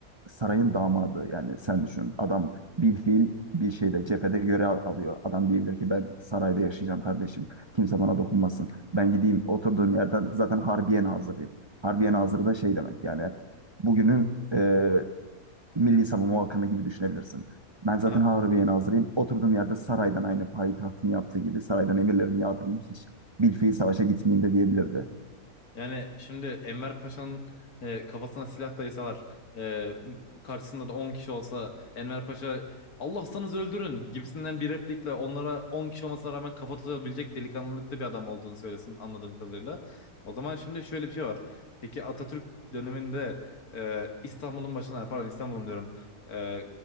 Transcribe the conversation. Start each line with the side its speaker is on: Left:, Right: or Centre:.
Right: sarayın damadı. Yani sen düşün. Adam bir fiil bir şeyde cephede görev alıyor. Adam diyebilir ki ben sarayda yaşayacağım kardeşim. Kimse bana dokunmasın. Ben gideyim oturduğum yerden zaten Harbiye Nazırıyım. Harbiye Nazırı da şey demek yani bugünün e, Milli Savunma Bakanı gibi düşünebilirsin. Ben zaten
Left: Aha.
Right: Harbiye'ye nazırıyım. Oturduğum yerde saraydan aynı payitahtın yaptığı gibi saraydan emirlerimi yağdırayım. Hiç bilfiil savaşa gitmeyeyim de diyebilirdi.
Left: Yani şimdi Enver Paşa'nın e, kafasına silah dayasalar e, karşısında da 10 kişi olsa Enver Paşa Allah'sanız öldürün gibisinden bir replikle onlara 10 kişi olmasına rağmen kafa tutabilecek delikanlılıkta bir adam olduğunu söylesin anladığım kadarıyla. O zaman şimdi şöyle bir şey var. Peki Atatürk döneminde e, İstanbul'un başına pardon İstanbul'un diyorum e,